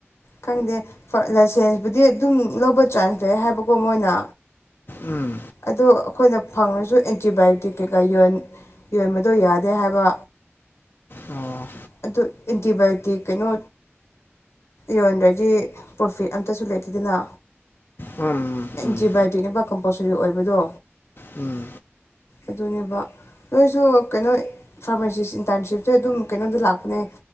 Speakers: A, on the left; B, on the left.
A: ꯈꯪꯗꯦ ꯂꯥꯏꯁꯦꯟꯁꯄꯨꯗꯤ ꯑꯗꯨꯝ ꯂꯧꯕ ꯆꯥꯟꯁ ꯂꯩ ꯍꯥꯏꯕꯀꯣ ꯃꯣꯏꯅ
B: ꯎꯝ
A: ꯑꯗꯣ ꯑꯩꯈꯣꯏꯅ ꯐꯪꯉꯁꯨ ꯑꯦꯟꯇꯤꯕꯥꯌꯣꯇꯤꯛ ꯀꯩꯀꯥ ꯌꯣꯟ ꯌꯣꯟꯕꯗꯣ ꯌꯥꯗꯦ ꯍꯥꯏꯕ
B: ꯑꯣ
A: ꯑꯗꯨ ꯑꯦꯟꯇꯤꯕꯥꯌꯣꯇꯤꯛ ꯀꯩꯅꯣ ꯌꯣꯟꯗ꯭ꯔꯗꯤ ꯄ꯭ꯔꯣꯐꯤꯠ ꯑꯝꯇꯁꯨ ꯂꯩꯇꯦꯗꯅ
B: ꯎꯝ
A: ꯑꯦꯟꯇꯤꯕꯥꯏꯌꯣꯇꯤꯛꯅꯦꯅꯕ
B: ꯎꯝ
A: ꯀꯝꯄꯜꯁꯔꯤ ꯑꯣꯏꯕꯗꯣ
B: ꯎꯝ
A: ꯑꯗꯨꯅꯦꯕ ꯅꯣꯏꯁꯨ ꯀꯩꯅꯣ ꯐꯥꯔꯃꯥꯁꯤꯁ ꯏꯟꯇꯔꯟꯁꯤꯞꯁꯦ ꯑꯗꯨꯝ ꯀꯩꯅꯣꯗ ꯂꯥꯛꯄꯅꯦ